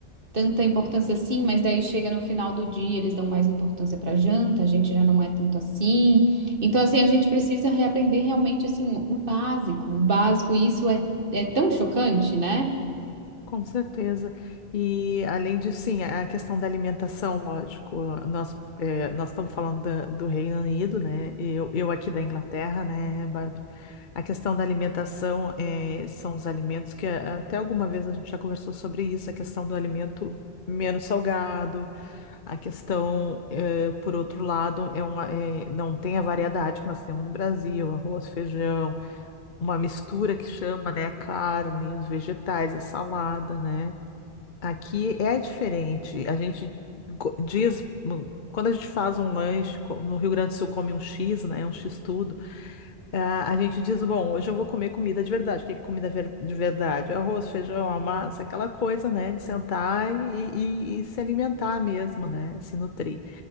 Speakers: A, on the right; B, on the left.
A: tanta importância assim, mas daí chega no final do dia, eles dão mais importância para janta, a gente já não é tanto assim. Então, assim, a gente precisa reaprender realmente, assim, o básico, o básico, e isso é, é tão chocante, né?
B: Com certeza. E além disso, sim, a questão da alimentação, lógico, nós, eh, nós estamos falando da- do Reino Unido, né? Eu, eu aqui da Inglaterra, né, Bárbara? A questão da alimentação eh, são os alimentos que eh, até alguma vez a gente já conversou sobre isso, a questão do alimento menos salgado, a questão, eh, por outro lado, é uma, eh, não tem a variedade que nós temos no Brasil, arroz, feijão, uma mistura que chama, né, carne, os vegetais, a salada, né? Aqui é diferente. A gente go- diz, hum, quando a gente faz um lanche, co- no Rio Grande do Sul come um X, né? Um X tudo. Ah, A gente diz, bom, hoje eu vou comer comida de verdade. O que é comida ver- de verdade? Arroz, feijão, a massa, aquela coisa, né? De sentar e, e- e se alimentar mesmo, né? Se nutrir.